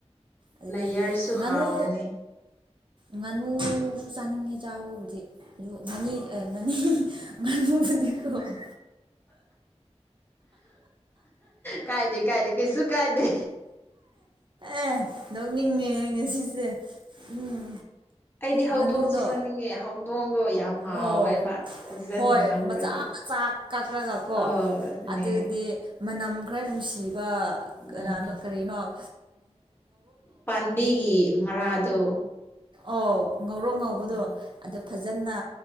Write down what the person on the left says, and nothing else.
ꯂꯩꯌꯔꯁꯨ
ꯍꯥꯎꯕꯅꯤ꯫
ꯎꯝ
ꯀꯥꯏꯗꯦ-ꯀꯥꯏꯗꯦ ꯀꯩꯁꯨ ꯀꯥꯏꯗꯦ꯫
ꯑꯩꯗꯤ ꯍꯧꯗꯣꯡꯁꯨ
ꯆꯥꯅꯤꯡꯉꯦ ꯍꯧꯗꯣꯡ ꯌꯥꯝ ꯍꯥꯎꯋꯦꯕ
ꯐꯖꯅꯤꯡꯅꯍꯔꯗꯤ
ꯑ ꯑꯗꯨꯅꯦ
ꯎꯝ
ꯄꯥꯝꯕꯤꯒꯤ ꯃꯔꯥꯗꯣ
ꯎꯝ ꯎꯝ